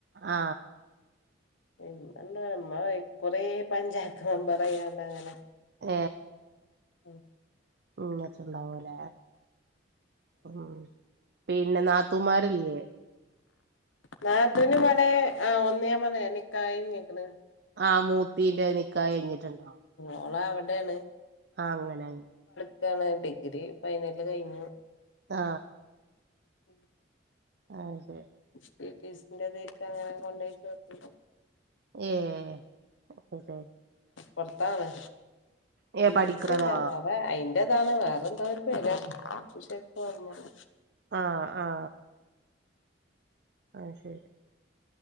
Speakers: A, on the right (about 55°); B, on the left (about 80°).
A: ആ
B: മ്മണ്ട് ഇമ്മാ കൊറേ പഞ്ചായത്ത് മെമ്പറായിങ്ങാണ്ട് അങ്ങനെ
A: ഏ
B: ഉം
A: നിന്ന്ടുണ്ടാവൂലേ ഉം പിന്നെ നാ നാതുമാറിലേ
B: നാത്തന് മളേ ആ ഒന്ന് ഞാൻ പറഞ്ഞിലേ നിക്കാഹ് കഴിഞ്ഞക്കണ്
A: ആ മൂത്തിന്റെ നിക്കായി കഴിഞ്ഞിട്ടുണ്ടാവ
B: ഓള അവിടെണ്
A: ആഅങ്ങനെ
B: ക്കാണ് ഡിഗ്രി ഫൈനല് കഴിഞ്ഞു
A: ആ
B: ഉം
A: ആ ശരി
B: ട്ടി ട്ടി സി ൻ്റേതിൽ അങ്ങനെ കൊണ്ടോയി ചേർത്തീട്
A: ഏഹ് അത് ശരി
B: പുറത്താണ്
A: ഏ പഠിക്കണതോ
B: ഫീസില്ല വേറെഅയി ൻ്റേതാണ് വേറെന്തോ ഒരു പേരാണ് ശരിക്ക് ഓർമല്ല
A: ആ ആ ആ ശരി